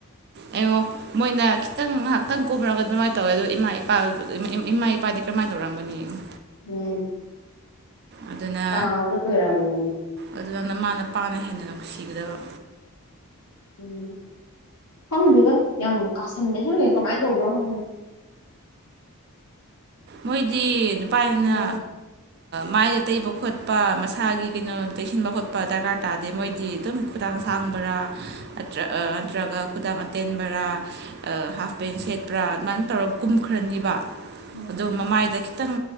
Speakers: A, on the right; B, on the left.
A: ꯑꯦꯉꯣ ꯃꯣꯏꯅ ꯈꯤꯇꯪ ꯉꯥꯏꯍꯥꯛꯇꯪ ꯀꯨꯝꯔꯒ ꯑꯗꯨꯃꯥꯏꯅ ꯇꯧꯋꯦ ꯑꯗꯣ ꯏꯃꯥ ꯏꯄꯥ ꯏꯃꯥ ꯏꯄꯥꯗꯤ ꯀꯔꯝꯃꯥꯏ ꯇꯧꯔꯝꯃꯥꯅꯤ ꯌꯦꯡꯉꯣ
B: ꯎꯝ
A: ꯑꯗꯨꯅ
B: ꯀꯥꯕꯗ ꯂꯣꯏꯔꯕꯅꯤꯅꯦ
A: ꯑꯗꯨꯅ ꯅꯃꯥ ꯅꯄꯥꯅ ꯍꯦꯟꯅ ꯅꯨꯡꯁꯤꯒꯗꯕ
B: ꯎꯝ ꯍꯪꯗꯦꯗ ꯌꯥꯝ ꯀꯥꯁꯟ <unintelligible> ꯀꯃꯥꯏꯅ ꯇꯧꯕ꯭ꯔ ꯈꯪꯗꯦ
A: ꯃꯣꯏꯗꯤ ꯅꯨꯄꯥꯅꯤꯅ
B: ꯎꯝ
A: ꯃꯥꯏꯗ ꯇꯩꯕ ꯈꯣꯠꯄ ꯃꯁꯥꯒꯤ ꯀꯩꯅꯣ ꯇꯩꯁꯤꯟꯕ ꯈꯣꯠꯄ ꯗꯔꯀꯥꯔ ꯇꯥꯗꯦ ꯃꯣꯏꯗꯤ ꯑꯗꯨꯝ ꯈꯨꯗꯥꯥꯡ ꯁꯥꯡꯕꯔꯥ ꯅꯥꯠꯇꯔꯥ ꯅꯠꯇ꯭ꯔꯒ ꯈꯨꯗꯥꯡ ꯑꯇꯦꯟꯕꯔꯥ ꯍꯥꯐ ꯄꯦꯟ ꯁꯦꯠꯄ꯭ꯔꯥ ꯑꯗꯨꯃꯥꯏꯟ ꯇꯧꯔꯒ ꯀꯨꯝꯈ꯭ꯔꯅꯤꯕ
B: ꯎꯝ
A: ꯑꯗꯨ ꯃꯃꯥꯏꯗ ꯈꯤꯇꯪ